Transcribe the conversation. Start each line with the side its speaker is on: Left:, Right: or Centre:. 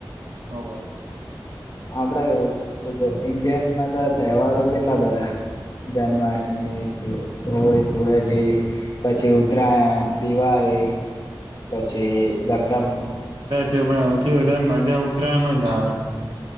Right: ખબર.
Left: આપણા ઇન્ડિયનમાં તો તહેવારો કેટલા બધા જન્માષ્ટમી, હોળી, ધુળેટી પછી ઉત્તરાયણ, દિવાળી પછી રક્ષાબ
Right: પણથી વધારે મજા ઉતરાયણ જ આવે